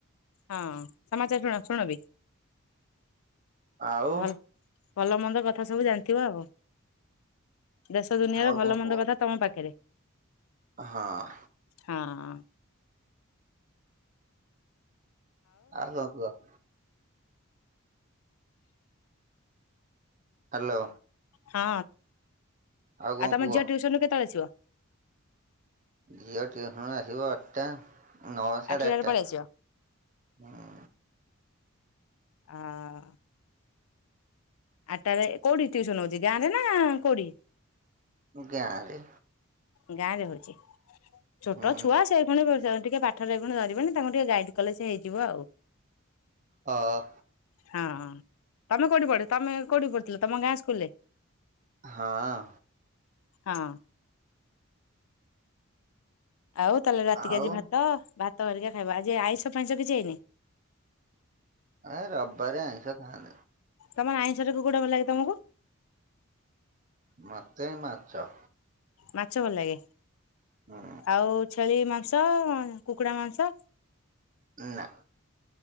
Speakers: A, on the left (about 80°); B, on the right (about 35°).
A: ହଁ ସମାଚାର ଶୁଣ ଶୁଣବି
B: ଆଉ
A: ଭଲ <unintelligible> ଭଲ ମନ୍ଦ କଥା ସବୁ ଜାଣିଥିବ ଆଉ। ଦେଶ ଦୁନିଆର
B: ଆଉ
A: ଭଲ
B: କଣ କୁହ?
A: ମନ୍ଦ କଥା ତମ ପାଖରେ।
B: ହଁ
A: ହଁ
B: ଆଉ କଣ କୁହ? ହ୍ୟାଲୋ
A: ହଁ
B: କଣ
A: ଆଉ ତମ
B: କୁହ
A: ଝିଅ ଟ୍ୟୁସନ ରୁ କେତେବେଳେ ଆସିବ?
B: ଝିଅ ଟିଉସନ ଆସିବ ଆଠଟା ନଅ ସାଢ଼େ
A: ଆଠଟାରେ
B: ଆଠଟା
A: ପଳେଇ ଆସିବ
B: ହ।
A: ହଁ ଆଠଟ ରେ କୋଉଠି ଟ୍ୟୁସନ ହଉଛି ଗାଁ ରେ ନା କୋଉଠି?
B: ଗାଁ ରେ।
A: ଗାଁ ରେ ହଉଛି ଛୋଟ
B: ହୁଁ
A: ଛୁଆ ସେ ଶୁଣିିବୁ ଟିକେ ପାଠରେ ପୁଣି ଧରିବେନି ତାଙ୍କୁ ଟିକେ ଗାଇଡ କଲେ ସେ ହେଇଯିବ ଆଉ।
B: ହଁ
A: ହଁ ତମେ କୋଉଠି ପଢ ତମେ କୋଉଠି ପଢୁଥିଲ ତମ ଗାଁ ସ୍କୁଲ ରେ।
B: ହଁ
A: ହଁ ଆଉ ତାହେଲେ ରାତିକି
B: ଆଉ
A: ଆଜି ଭାତ ଭାତ କରରିକି ଖାଇବା ଆଜି ଆଇଁଷ ଫାଇଁଷ କିଛି ହେଇନି?
B: ଏ ରବିବାର ଆଇଁଷା ଖାନି।
A: ତମ ଆଇଷର କଉଟା ଭଲ ଲାଗେ ତମର?
B: ମତେ ମାଛ।
A: ମାଛ ଭଲ ଲାଗେ
B: ହୁଁ
A: ଆଉ ଛେଳି ମାଂସ କୁକୁଡ଼ା ମାଂସ।
B: ନା